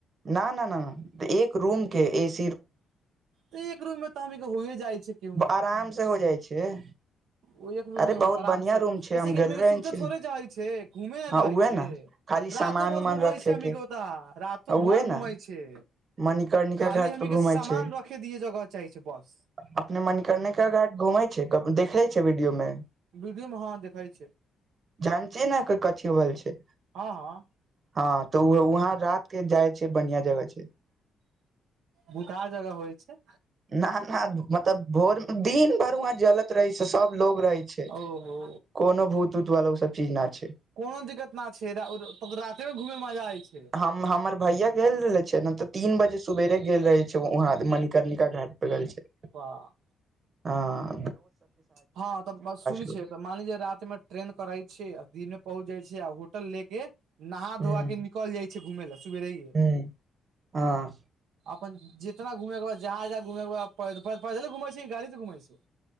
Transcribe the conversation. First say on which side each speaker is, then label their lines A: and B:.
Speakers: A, on the right; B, on the right.
A: न न न एक रूम के ए सी
B: तऽ एक रूम मे तऽ हम के होए जाइ छै केहू ने
A: आरामसँ हो जाइ छै
B: ओ एक रूम
A: अरे
B: मे
A: बहुत
B: आराम
A: बढ़िया
B: से
A: रूम छै
B: ऐसे
A: हम गेल
B: क ह
A: रहे
B: सुते
A: छी ने
B: थोड़े जाइ छै घूमे न
A: हँ
B: जाइ
A: उहे
B: छै
A: ने खाली
B: रातो
A: सामान
B: भर
A: उमान
B: घुमाै
A: रखे
B: छै अमी के ओता रातो
A: उहे
B: भर घुमाइ
A: ने
B: छै
A: मणिकर्णिका
B: खाली
A: घाट
B: हमी
A: पे घूमे
B: के सामान
A: छै
B: रखे दिय जगह चाही छै बस
A: अपने मन करने के घा घूमे छै देखे छै वीडियो मे
B: वीडियो मे हँ देखइ छै
A: जान छिय ने कथी होल छै
B: हँ हँ
A: हँ तऽ वहाँ रात के जाइ छै बढ़िआँ जगह छै
B: भूखा जगा होइ छै
A: न ना मतलब भोर दिन भरि वहाँ जलत रहै छै सब लोग रहै छै
B: ओहो
A: कोनो भूत उत वाला ओ सब चीज न छै
B: कोनो दिक्कत न छै रातेमे मे घूमे मे मजा आय छै
A: हम हमर भैया गेल रहले छै ने तऽ तीन बजे सुबेरे गेल रहे छै वहााँ मणिकर्णिका घाट तप कल छै
B: तऽ
A: ह
B: हँ तऽ बस सुन
A: गो
B: छियै त मान रा मे ट्रेन करै छै दिन मे पहुँच जाइ छै होटल लेके नहा
A: ह
B: धोआ के निकल जाइ छै घुमे ले सुेरे हे
A: ह हँ
B: अपन जितना घूमे के ब जहा जहाँ घूमे के पैदले घुमे छै गाड़ी से घुमे छै